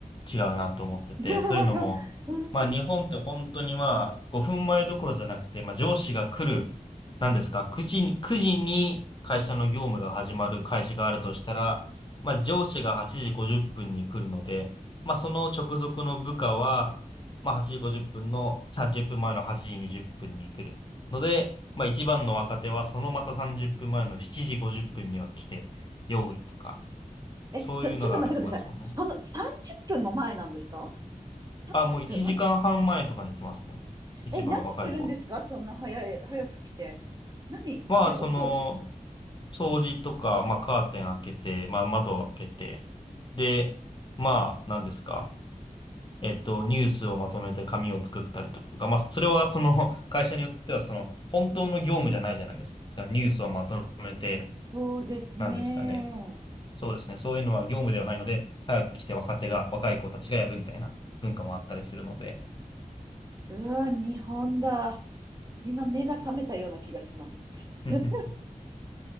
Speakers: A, on the left; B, on the right.
A: 違うなと思ってて。
B: <laughs>
A: というのも、
B: うん、
A: まあ、日本って本当にまあ、5分前どころじゃなくて、まあ、上司が来る、何ですか、9時に、9時に会社の業務が始まる会社があるとしたら、まあ、上司が8時50分に来るので、まあ、その直属の部下は、まあ、8時50分の30分前の8時20分に来る。ので、まあ、一番の若手はそのまた30分前の7時50分には来て、用意とか、
B: え、
A: そういうのがありますもんね。
B: そ、ちょっと待ってください。その30分も前なんですか ?30
A: あ、もう1時間半前とかに来ますね。
B: 分
A: 一番若い子。
B: え、何するんですかそんな早い、早く来て。何え、
A: まあ、その、
B: お掃除
A: 掃除とか、まあ、カーテン開けて、まあ、窓を開けて、で、まあ、何ですか。えっと、ニュースをまとめて紙を作ったりとか、まあ、それはその、会社によっては、その、本当の業務じゃないじゃないですか。ニュースをまとめて、
B: そうですね。
A: なんですかね。そうですね。そういうのは業務ではないので、早く来て若手が、若い子たちがやるみたいな文化もあったりするので。
B: うわ、日本だ。今目が覚めたような気がします。<laughs>
A: <laughs>